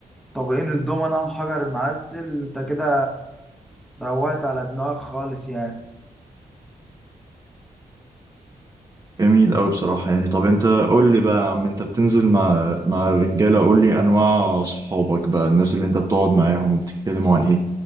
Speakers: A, in the centre; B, on the right.
A: طابقين الدومنة وحجر المعسل انت كده روقت على دماغك خالص يعني
B: جميل أوي بصراحة يعني طب أنت قول لي بقى يا عم أنت بتنزل مع مع الرجالة قول لي أنواع صحابك بقى الناس اللي أنت بتقعد معاهم وبتتكلموا عن إيه؟